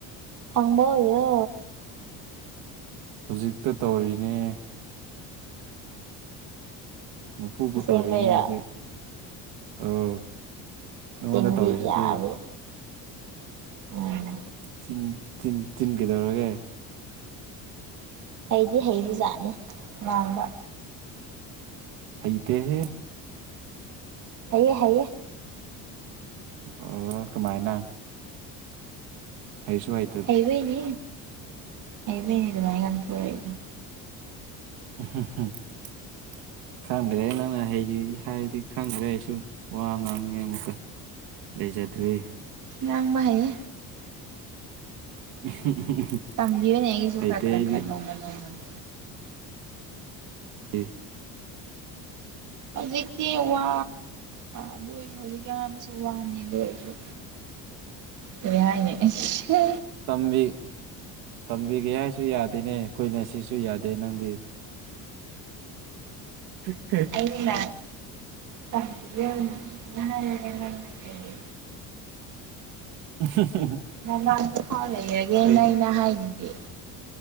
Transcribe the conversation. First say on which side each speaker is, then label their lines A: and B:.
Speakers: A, on the right; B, on the right.
A: ꯐꯪꯕ ꯑꯣꯏꯌꯣ
B: ꯍꯧꯖꯤꯛꯇ ꯇꯧꯔꯤꯅꯦ ꯃꯄꯨꯕꯨ
A: ꯑꯁꯦꯡꯕꯩꯔꯣ
B: ꯇꯧꯔꯤꯅꯦ ꯍꯧꯖꯤꯛ ꯑꯣ ꯅꯉꯣꯟꯗ
A: ꯆꯤꯟꯗꯤ
B: ꯇꯧꯔꯤꯁꯤꯗꯤ
A: ꯌꯥꯕ ꯎꯝ
B: ꯆꯤꯟ ꯆꯤꯟ ꯆꯤꯟ ꯀꯩꯗꯧꯔꯒꯦ
A: ꯍꯩꯗꯤ ꯍꯩꯕ ꯖꯥꯠꯅꯤ ꯉꯥꯡꯕ
B: ꯍꯩꯇꯦꯍꯦ
A: ꯍꯩꯌꯦ ꯍꯩꯌꯦ
B: ꯑꯣ ꯀꯃꯥꯏꯅ ꯍꯩꯁꯨ ꯍꯩ
A: ꯍꯩꯕꯩꯅꯤ ꯍꯩꯕꯩꯅꯤ ꯑꯗꯨꯃꯥꯏ ꯉꯥꯡꯊꯣꯔꯛꯏꯗꯣ
B: <unintelligible> ꯈꯪꯗ꯭ꯔꯦ ꯅꯪꯅ ꯍꯩꯌꯦ ꯍꯥꯏꯔꯗꯤ ꯈꯪꯗ꯭ꯔꯦ ꯑꯩꯁꯨ ꯋꯥ ꯉꯥꯡꯅꯤꯡꯉꯦ ꯑꯃꯨꯛꯀ ꯂꯩꯖꯗ꯭ꯔꯤ
A: ꯉꯥꯥꯡꯕ ꯍꯩꯌꯦ
B: <unintelligible>
A: ꯇꯝꯕꯤꯌꯨꯅꯦ ꯑꯩꯒꯤꯁꯨ
B: ꯍꯩꯇꯦ
A: ꯈꯔ ꯈꯔ
B: ꯑꯩꯗꯤ
A: ꯈꯔ ꯅꯣꯡꯃ ꯅꯣꯡꯃꯒꯤ
B: ꯗꯤ
A: ꯍꯧꯖꯤꯛꯇꯤ ꯋꯥ ꯑꯗꯨ ꯑꯣꯏꯁꯨ ꯍꯧꯖꯤꯛꯀꯤ ꯋꯥꯗꯨꯁꯨ ꯋꯥꯅꯤ ꯗꯨ ꯑꯣꯏꯔꯁꯨ ꯀꯩ ꯍꯥꯏꯅꯤ ꯑꯁ
B: ꯇꯝꯕꯤ ꯇꯝꯕꯤꯒꯦ ꯍꯥꯏꯁꯨ ꯌꯥꯗꯦꯅꯦ ꯀꯣꯏꯅꯁꯤꯁꯨ ꯌꯥꯗꯦ ꯅꯪꯒꯤ ꯑꯦ
A: ꯑꯩꯅ ꯇꯝꯕꯤꯌꯣꯅ ꯍꯥꯏꯔꯒ ꯅꯪꯅ ꯀꯔꯤ
B: <unintelligible>
A: ꯅꯃꯥꯡꯗꯐꯥꯎ ꯂꯩꯔꯒꯦꯅ
B: ꯑꯩ
A: ꯑꯩꯅ ꯍꯥꯏꯗꯨꯗꯤ